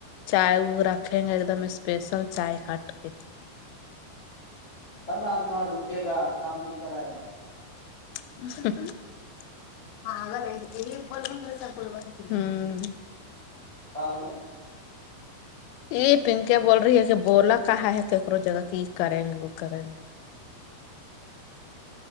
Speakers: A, on the left; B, on the left.
A: چائے وہ رکھیں ہیں ایک دم اسپیشل چائے ہٹ کے
B: تب نا آدمی وہاں رکے گا کام بھی کرائے گا
A: ہوں
B: کیا ہوگیا
A: یہ پنکی بول رہی ہے کہ بولا کہاں ہے کیکرو جگہ کی کریں گے وہ کریں